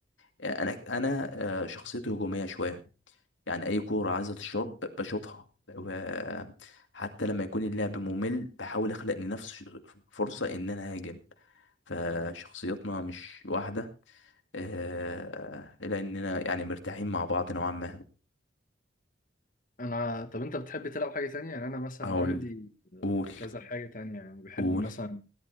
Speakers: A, on the left; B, on the left.
A: يعني انا انا آه، شخصيتي هجومية شوية يعني اي كوره عايزه تشوط ب- بشوطها وحتى لما يكون اللعب ممل بحاول اخلق لنفسي فرصه ان انا اهاجم فشخصياتنا مش واحده آه، لاننا يعني مرتاحين مع بعض نوعا ما
B: أنا طب أنت بتحب تلعب حاجة تانية؟ يعني أنا مثلا
A: اقول
B: عندي
A: قول
B: كذا حاجة تانية يعني بحب
A: قول
B: مثلا